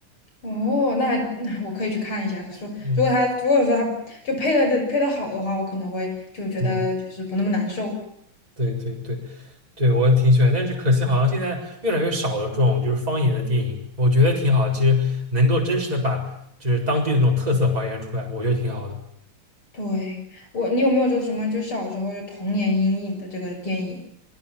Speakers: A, on the left; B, on the right.
A: 哦，那还那我可以去看一下。可说，
B: 嗯
A: 如果他如果说他就配的配的好的话，我可能会就觉得就是不那么难受。
B: 嗯，对对对对，我挺喜欢，但是可惜好像现在越来越少了这种就是方言的电影，我觉得挺好，其实能够真实的把就是当地的这种特色还原出来，我觉得挺好的。
A: 对，我，你有没有就什么就小时候就童年阴影的这个电影？